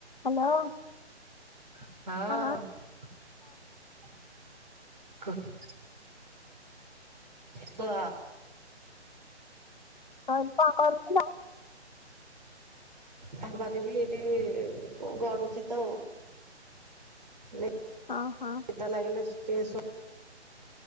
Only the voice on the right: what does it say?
ହଁ।
କୁହ।
ତାପରେବି ଏଠି ଗଡ଼ୁଚି ତ। ନିଦ
ଲାଗିଲେ ଟିକେ ସୋ